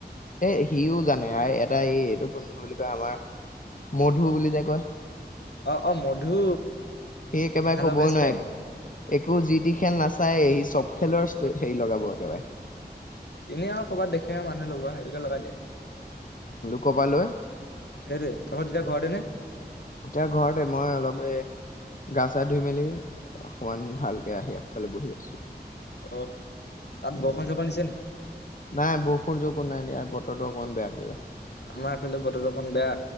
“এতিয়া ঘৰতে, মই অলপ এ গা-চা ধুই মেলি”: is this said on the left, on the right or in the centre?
Left